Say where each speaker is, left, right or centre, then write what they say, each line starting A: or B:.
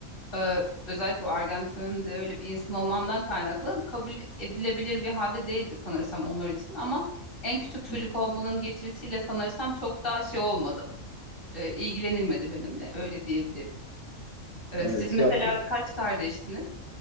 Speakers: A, on the left (about 40°); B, on the left (about 75°).
A: e, özellikle o ergenlik döneminde öyle bir insan olmamdan kaynaklı kabul edilebilir bir halde değildi sanırsam onlar için ama en küçük çocuk
B: hı.
A: olmanın getirisiyle sanırsam çok daha şey olmadım. E, ilgilenilmedi benimle öyle diyebilirim. E,
B: Evet
A: siz mesela
B: ya
A: kaç kardeştiniz?